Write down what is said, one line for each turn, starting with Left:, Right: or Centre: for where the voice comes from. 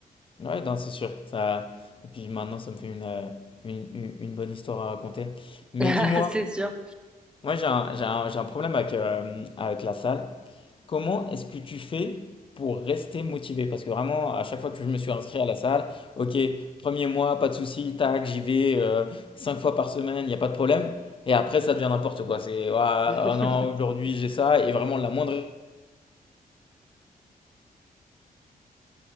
Left: Ouais, non, c'est sûr. Ça... Et puis maintenant, ça me fait une, euh, une, une- une bonne histoire à raconter. Mais
Centre: <laughs>
Left: dis-moi,
Centre: C'est sûr.
Left: Moi, j'ai un, j'ai un- j'ai un problème avec, euh, avec la salle. Comment est-ce que tu fais pour rester motivé? Parce que vraiment, à chaque fois que je me suis inscrit à la salle, ok, premier mois, pas de souci, tac, j'y vais euh, cinq fois par semaine, il n'y a pas de problème. Et après, ça devient n'importe quoi. C'est, Ouah,
Centre: <laughs>
Left: oh non, aujourd'hui j'ai ça, et vraiment la moindre.